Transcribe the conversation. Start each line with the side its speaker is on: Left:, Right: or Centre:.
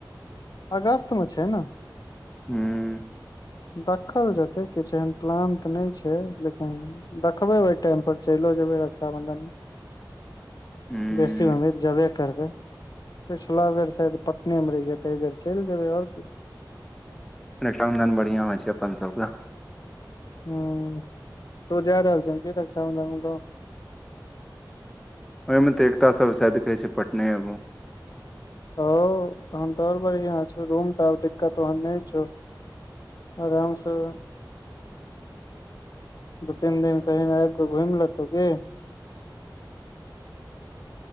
Left: अगस्त मे छै न
Centre: हू।
Left: देखल जेतै किछु एहन प्लान तऽ नय छै लेकिन देखबै ओहि टाइम परर चलिो जेयबै रक्षााबंधन मे
Centre: हूँ
Left: बेसी उम्मीद जेबे करबै पिछला बेर शायद पटने मे रहि य तऽ एहि बेर चलि जेबै आओर कि
Centre: रक्षाबंधन बढ़िआँ होइ छै अपन सबके
Left: ह तो जा रहल छ हम कह रहल <unintelligible> गव।
Centre: ओहिमे तऽ एकताास सभ शायद कहैत छै पटने अबू
Left: ह तहन तो ओर बढ़ छौ रूम त दिक्कतन नय छौ, आरामसँ दू तीन दिन कही आब कऽ घुमि लेतौ की